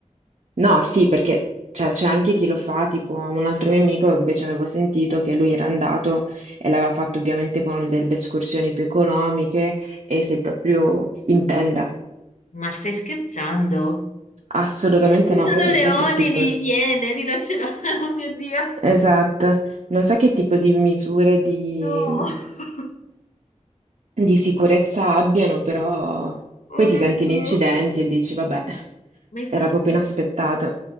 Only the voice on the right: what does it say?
No, sì, perché c'è c'è anche chi lo fa, tipo un altro mio amico, invece avevo sentito che lui era andato e l'aveva fatto ovviamente con delle escursioni più economiche e sei proprio in tenda.
Assolutamente
no,
poi non
so che tipo,
esatto, non so che tipo di misure di
di sicurezza abbiano, però
poi ti
senti
gli incidenti e dici, vabbè,
era proprio inaspettato.